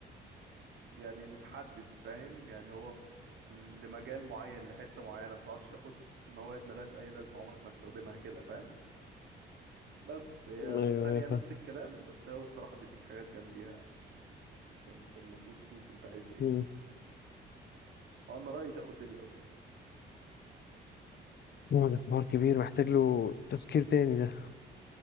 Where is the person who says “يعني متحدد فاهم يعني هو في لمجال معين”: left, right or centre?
Right